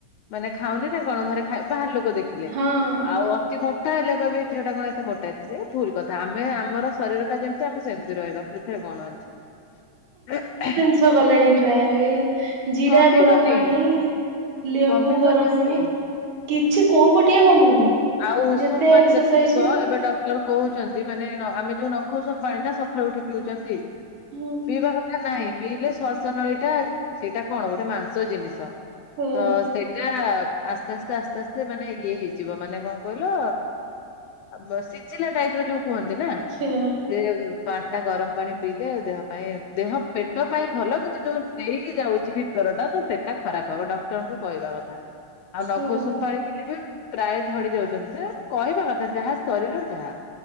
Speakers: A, on the left; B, on the right.
A: ମାନେ ଖାଉନି ନା କଣ ଘରେ ଖାଇ ବାହାର ଲୋକ ଦେଖିଲେ
B: ହଁ
A: ଆଉ ମୋଟା ହେଲେ କହିବେ ଏଝିଅ ଟା କଣ ଏତେ ମୋଟା ହେଇଚି ସେ ଭୁଲ କଥା ଆମେ ଆମର ଶରୀର ଆମେ ଯେମତି ଆମେ ସେମତି ରହିବା ସେଥିରେ କଣ ଅଛି।
B: ଷ ଗଲେଣି ଟ୍ରାଏ ଜିରା
A: କମିବନି
B: ଗରମ ପାଣି ଲେମ୍ବୁ
A: କମିବ
B: ଗରମ
A: ନାହିଁ।
B: ପାଣି। କିଛି କୋଉ ପଟିଏ କମୁନି।
A: ଆଉ ଉଷୁମ
B: ଯେତେ
A: ପାଣି
B: ଏକ୍ସରସାଇଜ
A: ଦେଖୁଥିବ ଏବେ ଡ଼କ୍ ଡ଼କ୍ଟର କହୁଚନ୍ତି ମାନେ ନ ଆମେ ଯୋଉ ନଖଉସୁମ୍ ପାଣି ନା ସକାଳୁ ଉଠି ପିଉଚନ୍ତି
B: ହୁଁ।
A: ପିଇବା କଥା ନାଇଁ, ପିଇଲେ ଶ୍ଵାସ ନଳୀ ଟା ସେଇଟା କଣ ଗୋଟେ ମାଂସ ଜିନିଷ
B: ସେଇଆ
A: ତ ସେଇଟା ଆସ୍ତେ ଆସ୍ତେ ଆସ୍ତେ ଆସ୍ତେ ମାନେ ଇଏ ହେଇଯିବ ମାନେ କଣ କହିଲ ବ ସିଝିଲା ଟାଇପ ର ଯୋଉ କୁହନ୍ତି ନା
B: ସେଇଆ
A: ସେ ପାଣି ଟା ଗରମ ପାଣି ପିଇଲେ ଦେହ ପାଇଁ ଦେହ ପେଟ ପାଇଁ ଭଲ କିନ୍ତୁ ଯୋଉ ଦେଇକି ଯାଉଚି ଭିତ୍ ଭିତର ଟା ତ ସେଟା ଖରାପ ହବ ଡକ୍ଟରଙ୍କ କହିବା କଥା, ଆଉ
B: ସେଇଆ
A: ନଖସୁମ ପାଣି ପିଇଲେ ବି ପ୍ରାୟ ଝଡି ଯାଉଚନ୍ତି ସେ କହିବା କଥା ଯାହା ଶରୀର ଯାହା।